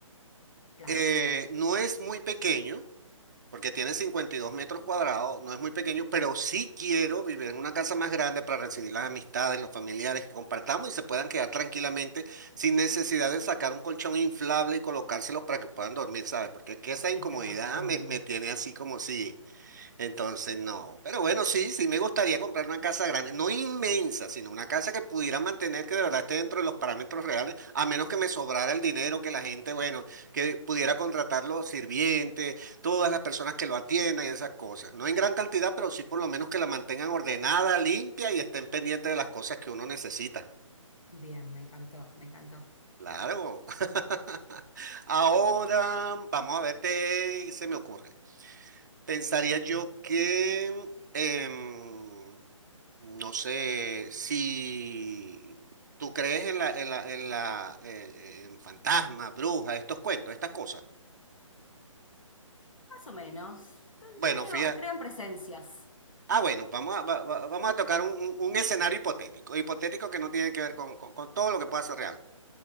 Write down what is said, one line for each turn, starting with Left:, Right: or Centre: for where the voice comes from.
Left: Claro,
Right: Eh, no es muy pequeño. porque tiene 52 metros cuadrados, no es muy pequeño, pero sí quiero vivir en una casa más grande para recibir las amistades, los familiares que compartamos y se puedan quedar tranquilamente sin necesidad de sacar un colchón inflable y colocárselos para que puedan dormir, ¿sabes? Porque es que esa incomodidad
Left: estar más cómodo.
Right: me, me tiene así como si... Entonces, no. Pero bueno, sí, sí, me gustaría comprar una casa grande, no inmensa, sino una casa que pudiera mantener, que de verdad esté dentro de los parámetros reales, a menos que me sobrara el dinero, que la gente, bueno, que pudiera contratar los sirvientes, todas las personas que lo atiendan y esas cosas. No en gran cantidad, pero sí por lo menos que la mantengan ordenada, limpia y estén pendientes de las cosas que uno necesita.
Left: Bien, me encantó, me encantó.
Right: Claro. <laughs> Ahora, vamos a ver, qué se me ocurre. Pensaría
Left: Dime.
Right: yo que, em, no sé, si tú crees en la, en la, en la, eh, en fantasmas, brujas, estos cuentos, estas cosas.
Left: Más o menos.
Right: Bueno,
Left: Creo,
Right: fíjate.
Left: creo en presencias.
Right: Ah, bueno, vamos a, va- va- vamos a tocar un, un- un escenario hipotético, hipotético que no tiene que ver con, con, con todo lo que pueda ser real.